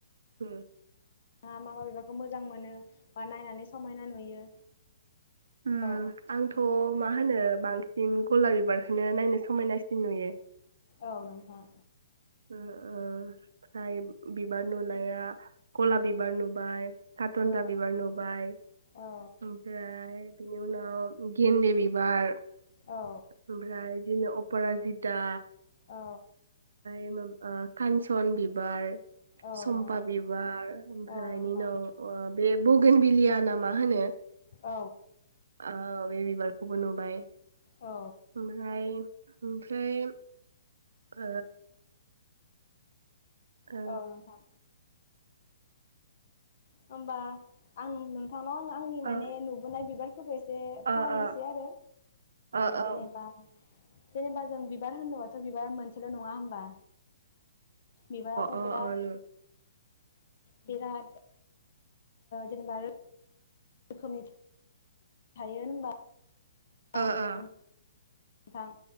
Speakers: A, on the right; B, on the left.
A: हम
B: थाङा मा मा बिबारखौ मोजां मोनो बा नायनानै स समायना नुयो।
A: उम
B: औ
A: आंथ मा होनो बांसिन गलाब बिबारखौनो नायनो समायनासिन नुयो।
B: औ नोंथां।
A: ओ ओ फ्राय बिबार नुनाया गलाब बिबार नुबाय। कारटनजा
B: औ
A: बिबार नुबाय
B: औ
A: ओमफ्राय बिनि उनाव गेन्दे बिबार। ओमफ्राय
B: औ
A: <unintelligible> पराजिता।
B: औ।
A: <unintelligible> ओ कानसन बिबार।
B: औ
A: सम्फा
B: औ
A: बिबार ओमफ्राय
B: औ नोंथां
A: इनि उनाव बे बगोन बिलियाना मा होनो?
B: औ
A: आ बे बिबार खौबो नुबाय।
B: औ
A: ओमफ्राय। ओमफ्राय। ओ ओ
B: औ नोंथां होनबा आं नोंथांनाव आं आंनि माने
A: ओ
B: नुबोनाय बिबारफोरखौ एसे सावरायनोसै
A: ओ ओ
B: आरो
A: ओ
B: जेनेबा जेनेबा जों बिबार होनदोंबाथ बिबारा मोनसेल नङा होमबा‌। बिबाराथ
A: ओ
B: बिराद
A: ओ
B: बिराद जेनेबा रोखोमनि थायो होनबा
A: अ अ
B: <inaudible>
A: नु
B: गोथां।